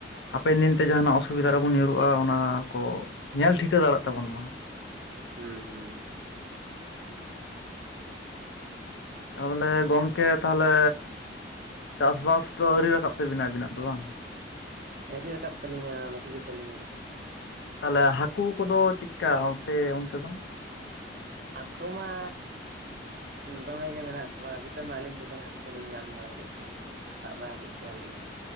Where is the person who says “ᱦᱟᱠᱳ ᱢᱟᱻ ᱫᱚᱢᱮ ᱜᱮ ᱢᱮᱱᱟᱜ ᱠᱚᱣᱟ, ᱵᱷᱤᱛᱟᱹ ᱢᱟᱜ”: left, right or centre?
Right